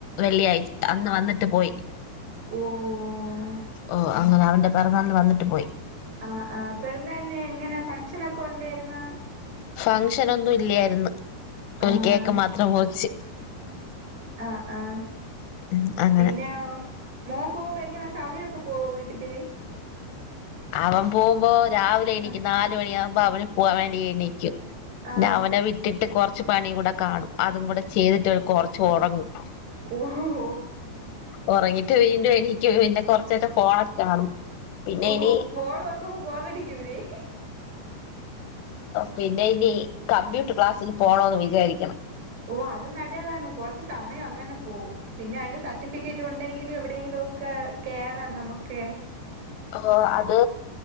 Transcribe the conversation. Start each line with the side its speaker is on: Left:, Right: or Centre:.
Left: വെള്ളിയാഴ്ച അന്ന് വന്നിട്ട് പോയി.
Right: ഉവ്വൊഉവ്വോ.
Left: ഓഹ് അങ്ങനെ അവന്റെ പെറന്നാളിന് വന്നിട്ട് പോയി.
Right: ആഹ് ആഹ് പെറന്നാളിന് എങ്ങനെ ഫംഗഷനോക്കെ ഉണ്ടായിരുന്നോ?
Left: ഫങ്ഷൻ ഒന്നും ഇല്ല്യായിര്ന്ന്
Right: ആഹ്
Left: ഒരു കേക്ക് മാത്രം മുറിച്ച്.
Right: ആഹ് ആഹ്
Left: ഉം അങ്ങനെ
Right: പിന്നോ മോൻ പോകുമ്പ എങ്ങനാ സമയൊക്കെ പോവോ വീട്ടില്?
Left: അവൻ പോകുമ്പോ രാവിലെ എണീക്കും
Right: ആഹ്
Left: നാല് മണി ആവു മ്പ അവന് പോവാൻ വേണ്ടി എണീക്കും പിന്നെ
Right: ആഹ്
Left: അവനെ വിട്ടിട്ട് കൊറച്ച് പണിം കൂടെ കാണും. അതും കൂടെ ചെയ്തിട്ട് കുറച്ച് ഒറങ്ങും.
Right: ഓഹ്ഹോ
Left: ഉറങ്ങിട്ട് വീണ്ടും എണീക്കും പിന്നെ കൊറച്ച് നേരം ഫോണൊക്കെ കാണും പിന്നെ
Right: ഓഹ്
Left: ഇനി
Right: ഫോൺ നോക്കുമ്പോ ബോറടിക്കുല്ലേ
Left: പിന്നെ ഇനി കമ്പ്യൂട്ടർ ക്ലാസ്സിൽ പോണോന്ന് വിചാരിക്കണ്
Right: ഓ അത് നല്ലതാണ് കൊറച്ച് സമയം അങ്ങനെ പോവും പിന്നെ അതിന്റെ സർട്ടിഫിക്കറ്റ് ഉണ്ടെങ്കിലും എവിടെയെങ്കിലും ഒക്കെ കയറാ നമുക്കെ
Left: ഓ അത്